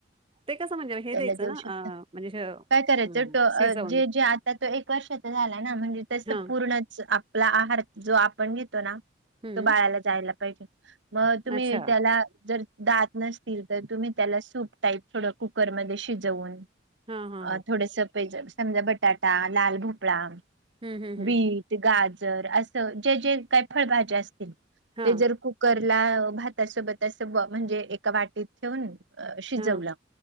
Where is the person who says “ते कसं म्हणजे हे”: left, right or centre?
Right